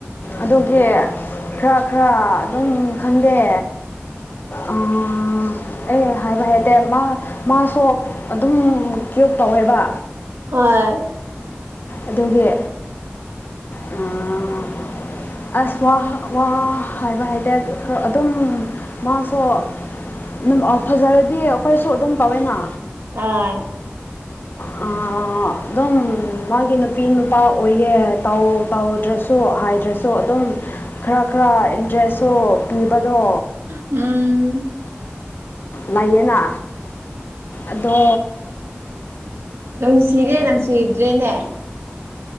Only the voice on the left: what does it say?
ꯑꯗꯨꯒꯤ ꯈꯔ ꯈꯔ ꯑꯗꯨꯝ ꯈꯪꯗꯦ ꯎꯝ ꯑꯩ ꯍꯥꯏꯕ ꯍꯩꯇꯦ ꯃꯥ ꯃꯥꯁꯨ ꯑꯗꯨꯝ ꯀꯌ꯭ꯨꯕ ꯇꯧꯋꯦꯕ
ꯑꯗꯨꯒꯤ ꯎꯝ ꯑꯁ ꯋꯥ ꯋꯥ ꯍꯥꯏꯕ ꯍꯥꯏꯇꯔꯦ ꯑꯗꯨꯝ ꯃꯥꯁꯨ ꯗꯨꯝ ꯐꯖꯔꯗꯤ ꯈꯣꯏꯁꯨ ꯑꯗꯨꯝ ꯇꯧꯋꯦꯅ
ꯑ ꯑꯗꯨꯝ ꯃꯥꯒꯤ ꯅꯨ ꯄꯤ ꯅꯨꯄꯥ ꯑꯣꯏꯒꯦ ꯇꯧꯔꯗ꯭ꯔꯁꯨ ꯍꯥꯏꯗ꯭ꯔꯁꯨ ꯑꯗꯨꯝ ꯈꯔ ꯈꯔ ꯗ꯭ꯔꯦꯁꯨ ꯄꯤꯕꯗꯣ
ꯂꯩꯥꯏꯌꯦꯅ ꯑꯗꯣ